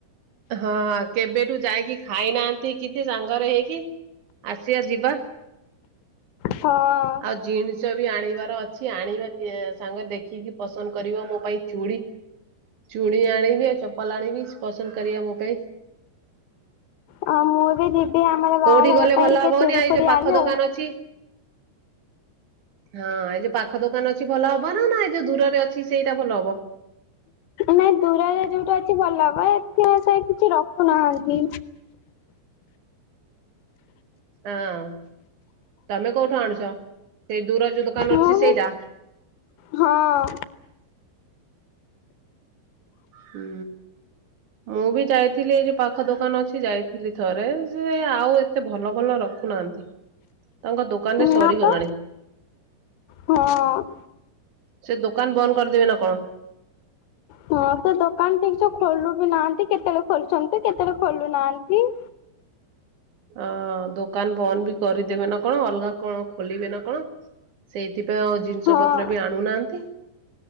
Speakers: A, on the right; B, on the left.
A: ହଁ କେବେଠୁ ଯାଇକି ଖାଇନାହାନ୍ତି କିଛି ସାଙ୍ଗରେ ହେଇକି। ଆସିବା ଯିବା।
B: ହଁ
A: ଆଉ ଜିନିଷ ବି ଆଣିବାର ଅଛି ଆଣିବା। ସାଙ୍ଗରେ ଦେଖିକି ପସନ୍ଦ କରିବ ମୋ ପାଇଁ ଚୁଡ଼ି ଚୁଡ଼ି ଆଣିବି ଆଉ ଚପଲ ଆଣି ପସନ୍ଦ କରବ ମୋ ପାଇଁ
B: ଆଉ ମୁଁ ବି ଯିବି ଆମର ବାହାଘର
A: କୋଉଠି ଗଲେ
B: ପାଇଁ
A: ଭଲ
B: ଟିକେ
A: ହବନି
B: ଚୁଡି
A: ଆଇ
B: ଫୁଡି
A: ଯୋଉ ପାଖ
B: ଆଣିବି
A: ଦୋକାନ ଅଛି। ହଁ ଏ ଯୋଉ ପାଖ ଦୋକାନ ଅଛି ଭଲ ହବ ନା ନା ଏଇ ଯୋଉ ଦୂରରେ ଅଛି ସେଇଟା ଭଲ ହବ।
B: ନାଇଁ ଦୂୁରରେ ଯୋଉଟା ଅଛି ଭଲ ହବ ଏଥିସ କିଛି ରଖୁନାହାନ୍ତି।
A: ହଁ। ତମେ କୋଉଠୁ ଆଣୁଛ ସେଇ ଦୂର ଯୋଉ ଦୋକାନ
B: ମୁଁ
A: ଅଛି ସେଇଟା?
B: ହଁ।
A: ହୁଁ ମୁଁ ବି ଯାଇଥିଲି ଏଇ ଯୋଉ ପାଖ ଦୋକାନ ଅଛି ଯାଇି ଥିଲି ଥରେ ସେ ଆଉ ଏତେ ଭଲ ଭଲ ରଖୁନାହାନ୍ତି। ତାଙ୍କ ଦୋକାନ ରେ ସରିଗଲାଣି।
B: ନା ପା ହଁ।
A: ସେ ଦୋକାନ ବନ୍ଦ କରିଦେବେ ନା କଣ?
B: ହଁ ହଁ ତ ଦୋକାନ ଟିକସେ ଖୋଲୁ ବି ନାହାନ୍ତି କେତେବେଳେ ଖୋଲୁଛନ୍ତି କେତେବେଳେ ଖୋଲୁ ନାହାନ୍ତି। <inaudible>
A: ଅ ଦୋକାନ ବନ୍ଦ ବି କରିଦେବେ ନା କଣ ଅଲଗା କଣ ଖୋଲିବେ ନା କଣ ସେଇ ସେଥିପାଇଁ ଆଉ ଜିନିଷ
B: ହଁ
A: ପତ୍ର ବି ଆଣୁନାହାନ୍ତି।